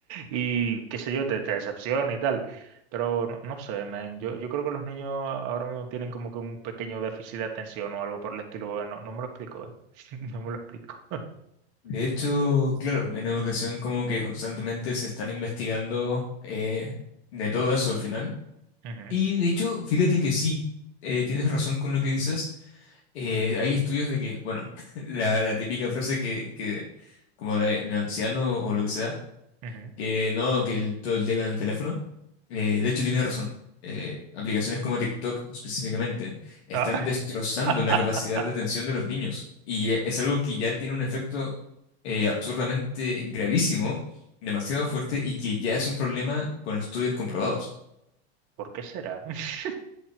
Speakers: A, on the right; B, on the left.
A: Y qué sé yo, te, te decepciona y tal. Pero no, no sé, man, yo, yo creo que los niños ahora mismo tienen como que un pequeño déficit de atención o algo por el estilo. bueno, No, no me lo explico, ¿eh? <laughs> No me lo explico.
B: De hecho, claro, en educación como que constantemente se están investigando eh, de todo eso al final.
A: Ujú,
B: Y de hecho, fíjate que sí, eh, tienes razón con lo que dices. Eh, hay estudios de que, bueno, <laughs> la, la típica frase que, que como de, de anciano o lo que sea,
A: ujú.
B: que no, que el- todo el día con el teléfono. Eh, de hecho, tiene razón. Eh, aplicaciones como TikTok específicamente están
A: Ah.
B: destrozando
A: <laughs>
B: la capacidad de atención de los niños y eh, es algo que ya tiene un efecto eh, absurdamente gravísimo, demasiado fuerte y que ya es un problema con estudios comprobados.
A: ¿Por qué será? <laughs>